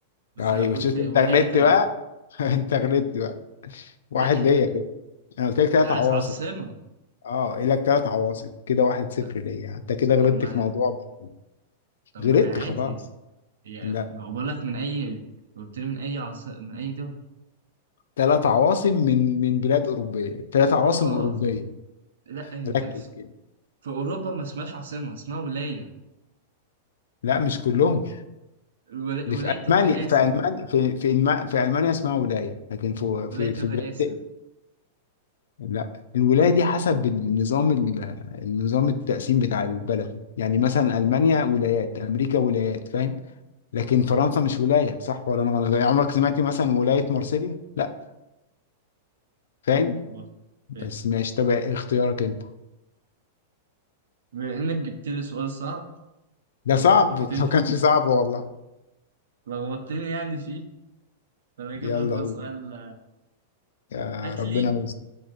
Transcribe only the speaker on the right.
بس
أنا قلت
ولاية
تانية
لا
أنت
أنت عايز
عاصمة
لا،
طب ما
طب ما
هي عادي
يعني
بقول لك من اي قلت لي من اي عاص... من اي دولة
اه
لا انت
في
في اوروبا ما اسمهاش عاصمة اسمها ولاية
الولا-
ولاية
الرئاسة
ولاية
الرئاسة
مم.
ممكن برضه
طيب.
بما انك جبت لي سؤال صعب
ولخبطتني
لخبطتني يعني فيه فانا اجيب
لك بقى
سؤال
هات
لي